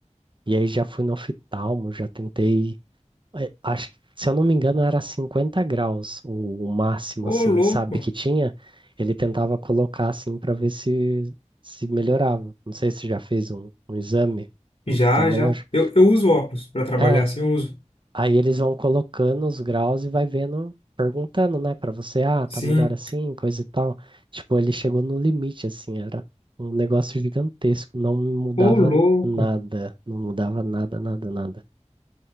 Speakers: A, on the right (about 40°); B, on the left (about 60°).
A: e aí já fui no oftalmo, já tentei. eh, Acho, que, se eu não me engano, era 50 graus o, o máximo,
B: Ô,
A: assim,
B: louco.
A: sabe, que tinha. Ele tentava colocar assim para ver se se melhorava. Não sei se já fez um, um exame oftalmológico.
B: Já, já. Eu, eu uso óculos pra trabalhar
A: É,
B: assim, eu uso.
A: Aí eles vão colocando os graus e vai vendo, perguntando, né, pra você, ah,
B: Sim.
A: tá melhor assim, coisa e tal. Tipo, ele chegou no limite, assim, era um negócio gigantesco, não mudava
B: Ô, louco.
A: nada, não mudava nada, nada, nada.